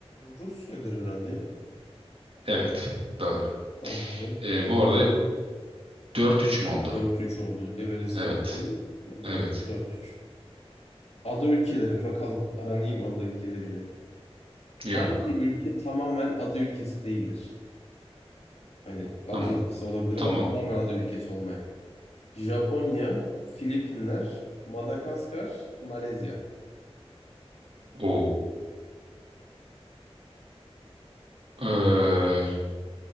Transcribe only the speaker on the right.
Evet, doğru.
E, bu arada dört üç mü oldu?
Evet,
evet.
Ya,
tamam,
tamam.
O. e,